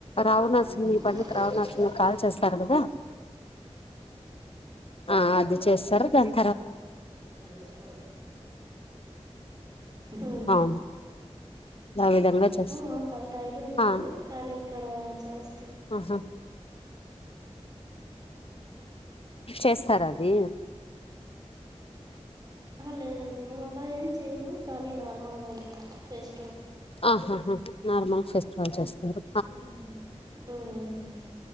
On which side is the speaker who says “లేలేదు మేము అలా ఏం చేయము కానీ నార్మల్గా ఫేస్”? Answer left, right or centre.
Right